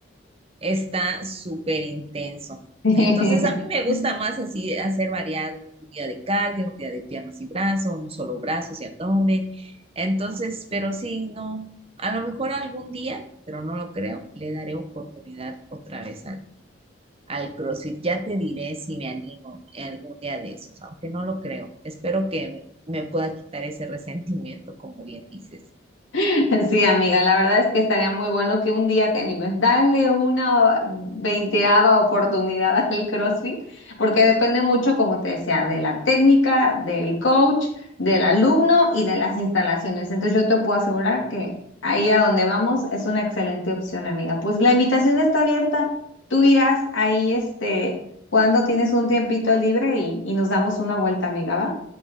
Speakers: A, on the right; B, on the left.
A: está súper intenso.
B: <laughs>
A: Entonces a mí me gusta más así hacer variado, un día de cardio, un día de piernas y brazos, un solo brazo y abdomen. Entonces, pero sí, no, a lo mejor algún día, pero no lo creo, le daré oportunidad otra vez al, al CrossFit. Ya te diré si me animo algún día de esos, aunque no lo creo. Espero que me me pueda quitar ese resentimiento, como bien dices.
B: <laughs> Sí, amiga, la verdad es que estaría muy bueno que un día te animes. Dale una veinteava oportunidad <laughs> al CrossFit, porque depende mucho, como te decía, de la técnica, del coach, del alumno y de las instalaciones. Entonces yo te puedo asegurar que ahí a donde vamos es una excelente opción, amiga. Pues la invitación está abierta. Tú dirás ahí, este, cuando tienes un tiempito libre y, y nos damos una vuelta, amiga, ¿va?